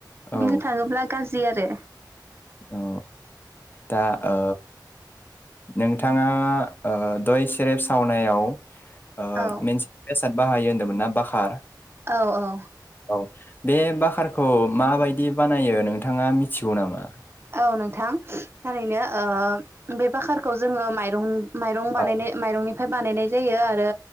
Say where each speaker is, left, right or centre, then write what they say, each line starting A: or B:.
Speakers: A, on the left; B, on the right.
A: औ
B: बुंनो थाङोब्ला गा जि आरो।
A: औ दा ओ नोंथाङा ओ दय सेरेब सावनायाव। ओ
B: औ
A: मेनसे बेसाद। बाहायो होन्दोंमोना बाखार।
B: औ औ।
A: औ बे बाखारखौ माबायदि बानायो नोंथाङा मिथिगौ नामा?
B: औ नोंथां थारैनो ओ बे बाखारखौ जोङो माइरं। माइरं बानायनाय
A: औ
B: माइरंनि फ्राय बानायनाय जायो आरो।